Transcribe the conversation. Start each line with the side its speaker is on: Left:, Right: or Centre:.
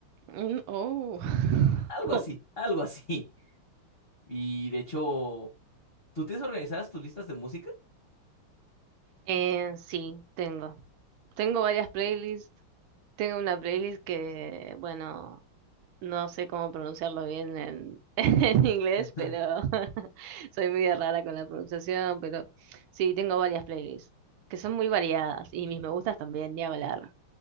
Right: Mm, oh. <laughs>
Left: Algo así, algo así. Y de hecho, ¿tú tienes organizadas tus listas de música?
Right: Eh, sí, tengo. Tengo varias playlists. Tengo una playlist que, bueno, No sé cómo pronunciarlo bien en, <laughs> en inglés,
Left: <laughs>
Right: pero <laughs> soy media rara con la pronunciación, pero sí, tengo varias playlists que son muy variadas y mis me gustas también, ni hablar.